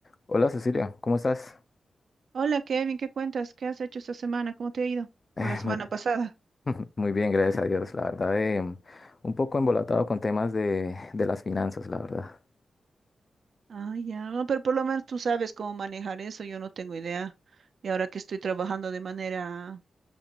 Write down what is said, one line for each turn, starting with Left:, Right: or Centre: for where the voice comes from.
Left: Hola Cecilia, ¿cómo estás?
Right: Hola Kevin, ¿qué cuentas? ¿Qué has hecho esta semana? ¿Cómo te ha ido?
Left: Eh,
Right: ¿O la semana
Left: muy,
Right: pasada?
Left: <laughs> muy bien, gracias a Dios. La verdad, em, un poco embolatado con temas de, de las finanzas, la verdad.
Right: Ah, ya, no, pero por lo menos tú sabes cómo manejar eso, yo no tengo idea. Y ahora que estoy trabajando de manera